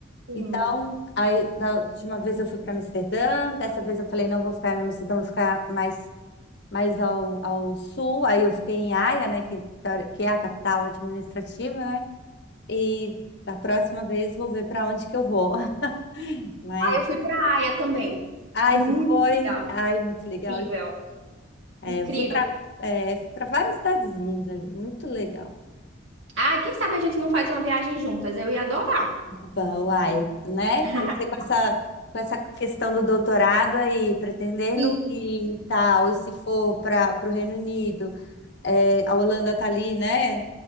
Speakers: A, on the right (about 65°); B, on the left (about 60°).
A: Hum.
B: Então, aí, da última vez eu fui para Amsterdã, dessa vez eu falei, não vou ficar em Amsterdã, vou ficar mais, mais ao, ao sul. Aí eu fiquei em Haia, né, que, teori- que é a capital administrativa, né? E da próxima vez vou ver para onde que eu vou. <laughs> Mas,
A: Aí eu fui pra Aia também.
B: ah,
A: Muito
B: isso foi,
A: legal.
B: ai, muito legal.
A: Incrível,
B: É,
A: incrível.
B: eu fui para para várias cidadezinhas ali, muito legal.
A: Ah, quem sabe a gente não faz uma viagem juntas? Eu ia adorar.
B: Bom, Uai, né?
A: <laughs>
B: Você com essa, com essa questão do doutorado aí, pretendendo
A: Sim,
B: e tal, e se for para o Reino Unido, é, a Holanda tá ali, né?